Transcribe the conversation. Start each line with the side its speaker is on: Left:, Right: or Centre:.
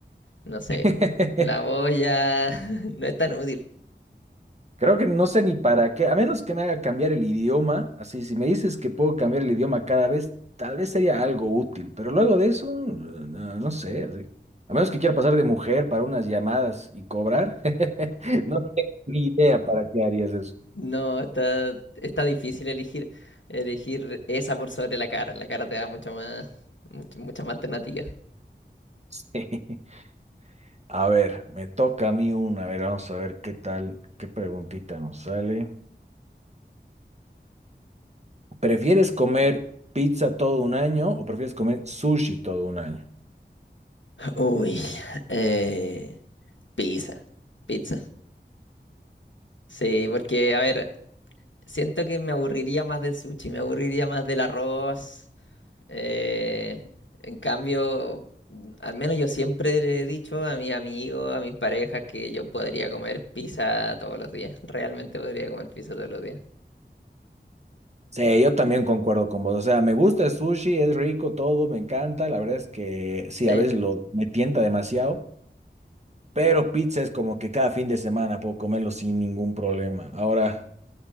Left: No sé,
Right: <laughs>
Left: la voz ya <laughs> no es tan útil.
Right: Creo que no sé ni para qué, a menos que me haga cambiar el idioma, así si me dices que puedo cambiar el idioma cada vez, tal vez sería algo útil, pero luego de eso, no, no sé, así. A menos que quiera pasar de mujer para unas llamadas y cobrar, <laughs> no tengo ni idea para qué harías eso.
Left: No, está, está difícil elegir, elegir esa por sobre la cara. La cara te da mucho más, mucho- mucha más alternativa.
Right: <laughs> A ver, me toca a mí una, a ver, vamos a ver qué tal, qué preguntita nos sale. ¿Prefieres comer pizza todo un año o prefieres comer sushi todo un año?
Left: Uy, eh, pizza, pizza. Sí, porque, a ver, siento que me aburriría más del sushi, me aburriría más del arroz. eh, en cambio, al menos yo siempre le he dicho a mis amigos, a mis parejas, que yo podría comer pizza todos los días. Realmente podría comer pizza todos los días.
Right: Sí, yo también concuerdo con vos. O sea, me gusta el sushi, es rico todo, me encanta. La verdad es que sí,
Left: Sí.
Right: a veces lo me tienta demasiado, pero pizza es como que cada fin de semana puedo comerlo sin ningún problema. Ahora,